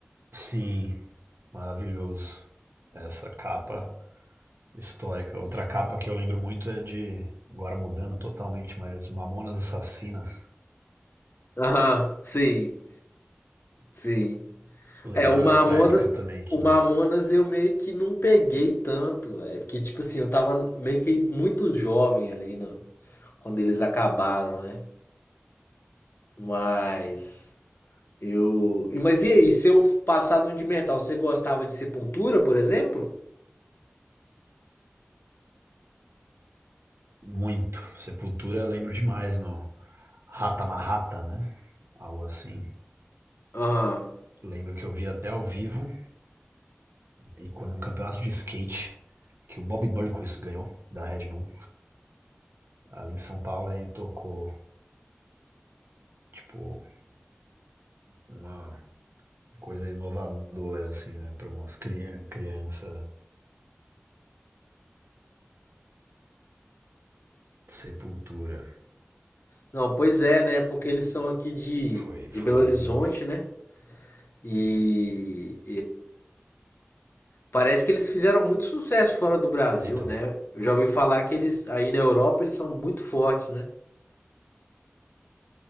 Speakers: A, on the right; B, on the left.
A: Sim, maravilhoso. Essa capa histórica. Outra capa que eu lembro muito é de, agora mudando totalmente, mas Mamonas Assassinas.
B: Aham, sim, sim.
A: Lembrava
B: É, o Mamonas,
A: essa época também que.
B: o Mamonas eu meio que não peguei tanto, é porque, tipo assim, eu tava meio que muito jovem ali, né, quando eles acabaram, né? Mas eu. e- Mas e aí, seu passado de metal, você gostava de Sepultura, por exemplo?
A: Muito. Sepultura lembro demais no Rata Marrata, né? Algo assim.
B: Aham.
A: Lembro que eu vi até ao vivo e quando no campeonato de skate que o Bob Burnquist ganhou da Red Bull ali em São Paulo ele tocou tipo uma coisa inovadora assim né para umas criança, criança sepultura
B: Não, pois é, né? Porque eles são aqui de,
A: foi
B: de
A: foi
B: Belo Horizonte,
A: um
B: né? E, Parece que eles fizeram muito sucesso fora do Brasil,
A: é, então
B: né? Eu já ouvi falar que eles aí na Europa eles são muito fortes, né?